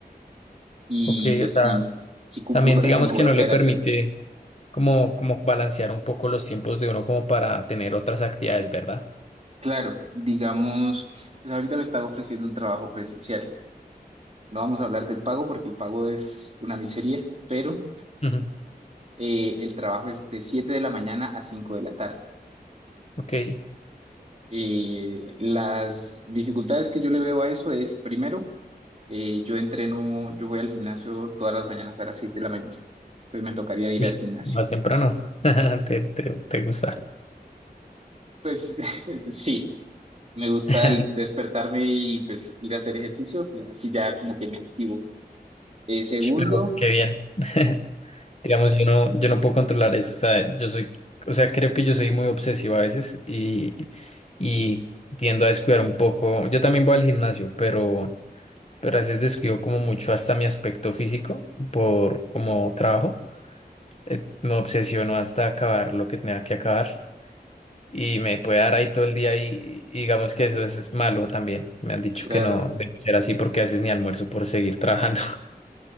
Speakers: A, on the right; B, on the left.
A: Y
B: Ok,
A: pues
B: o sea,
A: si, si cumplo
B: también
A: horario
B: digamos
A: no voy
B: que
A: a
B: no
A: poder
B: le permite
A: hacerlo.
B: como, como balancear un poco los tiempos de uno como para tener otras actividades, ¿verdad?
A: Claro, digamos... Pues ahorita me está ofreciendo un trabajo presencial. No vamos a hablar del pago porque el pago es una miseria, pero
B: Ujú,
A: eh, el trabajo es de 7 de la mañana a 5 de la tarde.
B: Ok,
A: Eh, las dificultades que yo le veo a eso es, primero, eh, yo entreno, yo voy al gimnasio todas las mañanas a las 6 de la mañana, pues me tocaría ir
B: Uy,
A: al gimnasio.
B: más temprano. <laughs> Te, te, te gusta.
A: Pues <laughs> sí, me gusta
B: <laughs>
A: el despertarme y pues ir a hacer ejercicio, ya- así ya como que me activo. Eh, segundo,
B: Pero qué bien. <laughs> Digamos, yo no, yo no puedo controlar eso. O sea, yo soy, o sea, creo que yo soy muy obsesivo a veces y, y tiendo a descuidar un poco. Yo también voy al gimnasio, pero, pero a veces descuido como mucho hasta mi aspecto físico por como trabajo. Eh, me obsesiono hasta acabar lo que tenga que acabar y me puede dar ahí todo el día y, y digamos que eso es, es malo también. Me han dicho
A: claro,
B: que no debe ser así porque a veces ni almuerzo por seguir trabajando.